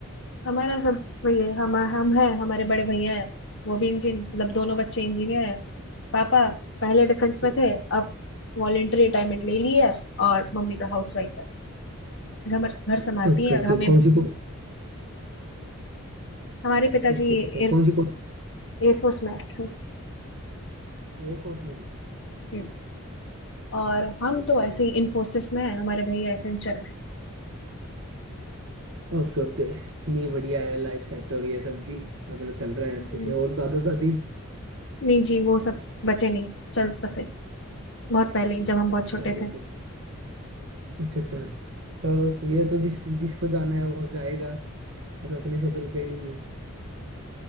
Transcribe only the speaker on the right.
ठीक
Okay
okay
कौन
सी
ठीक है ठीक है
कौन सी कौन
एयरफोर्स में थे
ठीक
है
Okay okay नहीं बढ़िया है लाइफ सेट हो रही है सबकी अपना चल रहा है अच्छे
से और दादा दादी
अच्छा
वो
चलो वैसे
अच्छा अच्छा चलो ये तो जिस जिसको जाना है वो जाएगा रोकने से तो रुके ही नहीं